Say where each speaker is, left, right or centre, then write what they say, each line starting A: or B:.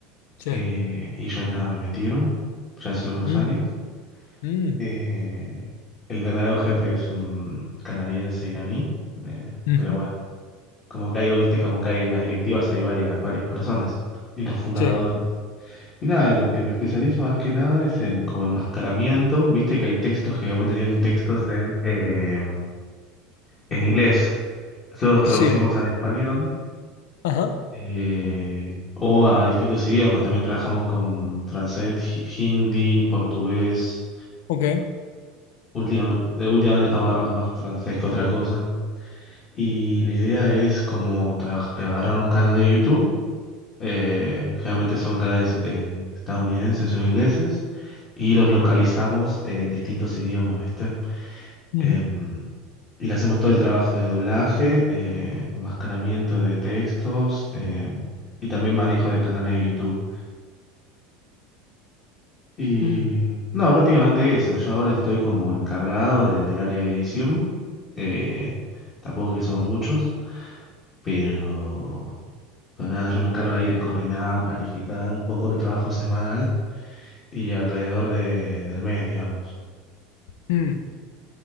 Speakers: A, on the left; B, on the left.
A: Sí.
B: eh, y ellos nada, me metieron ya hace unos
A: Mm,
B: años.
A: mm,
B: Eh, el verdadero jefe es un canadiense iraní, eh,
A: ujú.
B: pero bueno, como que hay, viste, como que hay en las directivas hay varias, varias personas y los fundadores.
A: Sí,
B: Y nada, en lo que me especializo más que nada es en como enmascaramiento, viste que hay textos que obviamente tienen textos en, eh, en inglés, nosotros los traducimos
A: sí.
B: al español.
A: Ajá,
B: eh, o a distintos idiomas, también trabajamos con francés, hi- hindi, portugués.
A: ok.
B: Última- de- últimamente estamos agarrando más francés que otra cosa. Y la idea es como tra- agarrar un canal de YouTube, eh, generalmente son canales eh, estadounidenses o ingleses, y los localizamos en distintos idiomas, ¿viste?
A: Ujú,
B: Em, y le hacemos todo el trabajo de doblaje, eh, enmascaramiento de textos, em, y también manejo de canales de YouTube. Y
A: mm,
B: no, prácticamente eso. Yo ahora estoy como encargado de- del área de edición. eh, tampoco que somos muchos, pero... Pero nada, yo me encargo ahí de coordinar, planificar un poco el trabajo semanal y alrededor de- del mes, digamos.
A: mm.